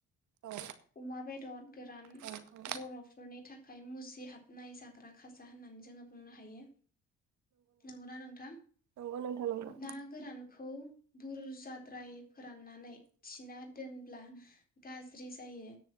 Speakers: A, on the right; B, on the left.
A: औ।
B: अमा बेदर गोरान
A: औ औ
B: बर'फोरनि था खाय मुजिहाबनाय जाग्रा खाजा होननानै जोंङो बुंनो हायो। नंगौना नोंथां
A: नंगौ नोंथां नंगौ
B: ना गोरानखौ बुर जाद्राय फोरान नै थिना दोनब्ला गा ज्रि जायो